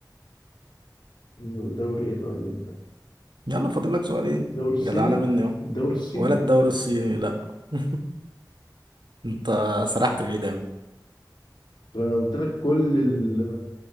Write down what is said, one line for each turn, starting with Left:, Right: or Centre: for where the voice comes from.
Left: ولا دوري ايه طيب ده
Right: يلا فاضل لك سؤالين
Left: الدوري الصيني
Right: جدعانه مني اهو
Left: الدوري الصيني
Right: ولا الدوري الصيني لا <laughs> انت سرحت بعيد اوي
Left: طب انا قلت لك كل ال-